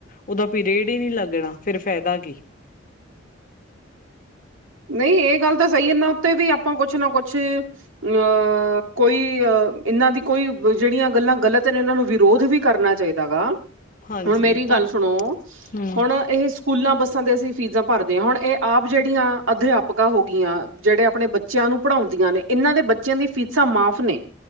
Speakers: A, on the left; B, on the right.
A: ਉਹਦਾ ਪੀਰੀਅਡ ਹੀ ਨਹੀਂ ਲੱਗਣਾ ਫਿਰ ਫਾਇਦਾ ਕੀ।
B: ਨਹੀਂ, ਇਹ ਗੱਲ ਤਾਂ ਸਹੀ ਇਹਨਾਂ ਉੱਤੇ ਵੀ ਆਪਾਂ ਕੁਛ ਨਾ ਕੁਛ ਅ ਅਹ ਕੋਈ ਇਹਨਾਂ ਦੀ ਕੋਈ ਜਿਹੜੀਆਂ ਗੱਲਾਂ ਗਲਤ ਨੇ, ਇਹਨਾਂ ਨੂੰ ਵਿਰੋਧ ਵੀ ਕਰਨਾ ਚਾਹੀਦਾ ਦਗਾ,
A: ਹਾਂਜੀ
B: ਹੁਣ ਮੇਰੀ ਗੱਲ
A: ਤਾਂ
B: ਸੁਣੋ,
A: ਹਮ
B: ਹੁਣ ਇਹ ਸ ਸਕੂਲਾਂ, ਬੱਸਾਂ ਤੇ, ਅਸੀਂ ਫੀਸਾਂ ਭਰਦੇ ਹਾਂ, ਹੁਣ ਇਹ ਆਪ ਜਿਹੜੀਆਂ ਅਧਿਆਪਕਾਂ ਹੋ ਗਈਆਂ, ਜਿਹੜੇ ਆਪਣੇ ਬੱਚਿਆਂ ਨੂੰ ਪੜ੍ਹਾਉਂਦੀਆਂ ਨੇ, ਇਹਨਾਂ ਦੇ ਬੱਚਿਆਂ ਦੀ ਫੀਸਾਂ ਮਾਫ਼ ਨੇ